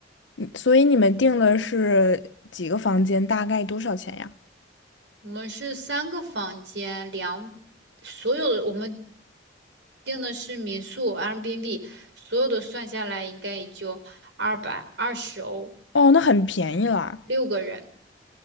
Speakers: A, on the left (about 80°); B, on the right (about 75°).
A: 嗯所以你们订的是几个房间，大概多少钱呀？
B: 我们是三个房间，两，所有的我们订的是民宿 Airbnb，所有的算下来应该也就二百二十欧，
A: 哦，那很便宜啦，
B: 六个人。